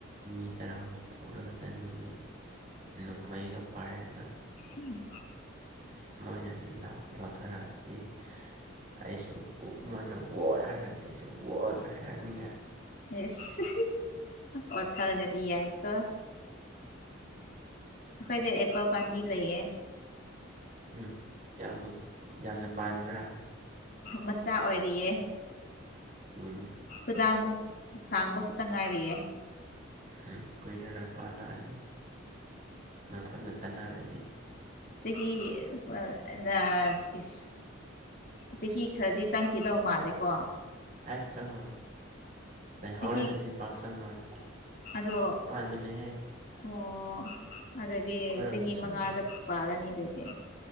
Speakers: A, on the right (about 40°); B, on the left (about 50°).
A: ꯃꯤ ꯇꯔꯥꯃꯨꯛ ꯄꯨꯔꯒ ꯆꯟꯅꯤꯡꯉꯤ ꯅꯣꯡꯃꯩꯒ ꯄꯥꯏꯔꯒ
B: ꯎꯝ
A: ꯑꯁ ꯃꯣꯏꯅ ꯂꯥꯎ ꯂꯧꯊꯔꯛꯑꯗꯤ ꯑꯩꯁꯨ ꯃꯣꯏꯅ ꯋꯣꯏ ꯍꯥꯏꯔꯛꯑꯗꯤ ꯑꯩꯁꯨ ꯋꯣꯏ ꯍꯥꯏꯔꯛꯅꯤꯡꯉꯥꯏ
B: ꯑꯦꯁ ꯋꯥꯈꯜꯒꯗꯤ ꯌꯥꯏꯀꯣ ꯑꯈꯣꯏꯗ ꯑꯦꯄꯜ ꯄꯥꯟꯕꯤ ꯂꯩꯌꯦ
A: ꯎꯝ ꯀꯌꯥꯃꯨꯛ ꯌꯥꯝꯅ ꯄꯥꯟꯕ꯭ꯔꯥ
B: ꯃꯆꯥ ꯑꯣꯏꯔꯤꯌꯦ
A: ꯑꯝ
B: ꯈꯨꯗꯥꯡꯃꯨꯛ ꯁꯥꯡꯕ ꯈꯇ ꯉꯥꯏꯔꯤꯌꯦ
A: ꯎꯝ ꯀꯨꯏꯔꯔꯣꯏ ꯄꯥꯂꯛꯑꯅꯤ ꯃꯐꯝꯗꯣ ꯆꯥꯟꯅꯔꯗꯤ
B: ꯆꯍꯤ ꯑ ꯅ ꯄꯤꯁ ꯆꯍꯤ ꯈꯔꯗꯤ ꯆꯪꯈꯤꯗꯧ ꯃꯥꯜꯂꯦꯀꯣ
A: ꯑꯩ ꯆꯪꯉꯣꯏ ꯂꯥꯢꯍꯥꯎ
B: ꯆꯍꯤ
A: ꯂꯩꯔꯗꯤ ꯄꯥꯛ ꯆꯪꯉꯣꯏ
B: ꯑꯗꯣ
A: ꯃꯅꯦꯍꯦ
B: ꯑꯣ ꯑꯗꯨꯗꯤ
A: ꯑꯩꯈꯣꯏꯔꯣꯝꯗꯁꯨ
B: ꯆꯍꯤ ꯃꯉꯥꯗ ꯄꯥꯜꯂꯅꯤ ꯑꯗꯨꯗꯤ